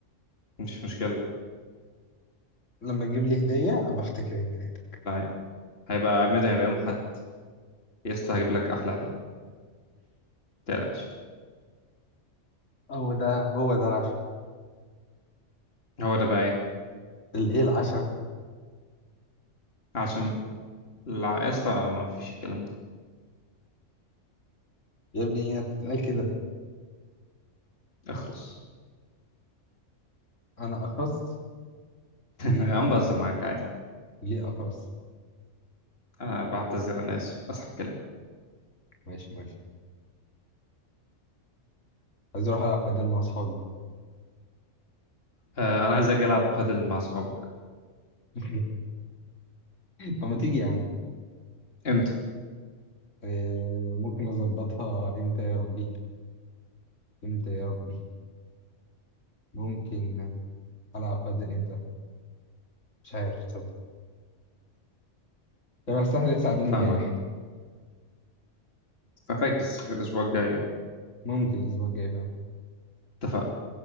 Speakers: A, on the left; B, on the left.
A: مش مشكله
B: لما تجيب لي هدية أبقى أفتكر عيد ميلادك
A: عادي هيبقى عيد ميلادي هيبقى يوم حد يا اسطى هجيب لك احلى هديه ما تقلقش
B: هو ده هو ده العشم
A: هو ده بقى ايه
B: الايه العشم
A: عشان لا يا اسطى ما فيش الكلام ده
B: يا ابني هي بتتقال كده
A: اخرس
B: انا اخرس ليه
A: يا عم بهزر معاك عادي
B: ليه آه، خلاص
A: أنا بعتذر أنا آسف أسحب كلامي
B: ماشي ماشي عايز اروح العب بدل مع اصحابي
A: آه، أنا عايز أجي ألعب بادل مع أصحابك
B: <laughs> طب ما تيجي يا عم
A: إمتى؟
B: آه، ممكن اظبطها امتى يا ربي امتى يا ربي ممكن العب بادل امتى مش عارف تصدق طب اصل احنا لسه قاعدين امبارح
A: فاهمك ففاكس الأسبوع الجاي
B: ممكن الاسبوع الجاي فعلا.
A: اتفقنا